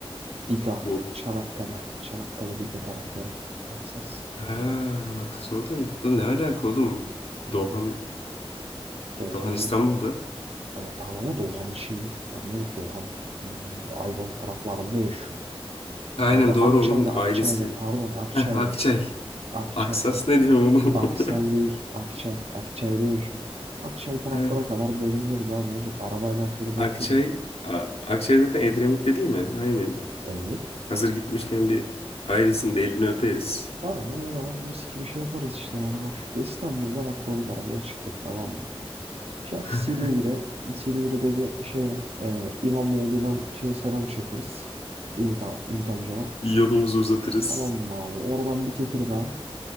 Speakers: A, on the right (about 80°); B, on the left (about 70°).
A: Biga.
B: Bu.
A: Çanakkale. Çanakkale Biga tarafları. Aksas.
B: Ha, Aksas orada mı? Da ne alaka oğlum?
A: Bizim
B: Doğan,
A: Doğukan'ın
B: Doğan İstanbul'da.
A: Hayır tamam ama Doğukan'ın şeyi. Adı nedir? Doğukan hmm, Ayvalık taraflarında yaşıyor.
B: Aynen
A: Nerede? Akçay'da.
B: doğru onun ailesi.
A: Akçay'da. Pardon Akçay'da.
B: Heh, Akçay.
A: Akçay.
B: Aksas
A: he.
B: ne diyor oğlum?
A: Akisaz değil. Akçay. Akçay'da yaşıyor. Akçay taraflara
B: <laughs> Heh,
A: kadar böyle ineriz abi ne olacak? Arabayla şöyle
B: Akçay.
A: bakıyorum.
B: A- Akçay zaten Edremit'te değil mi? Aynen.
A: Evet.
B: Hazır gitmişken bir ailesinin de elini öperiz.
A: Aynen öyle abi mis gibi şey yaparız işte yani bak şurada İstanbul'dan atladık arabaya çıktık tamam mı? Şak
B: <laughs>
A: Silivri, Silivri'de bir şeye e, İmamoğlu'yla şeye selam çakırız. Ümit, a- Ümit amcama.
B: Yolumuzu uzatırız.
A: Tamam mı abi? Oradan bir Tekirdağ.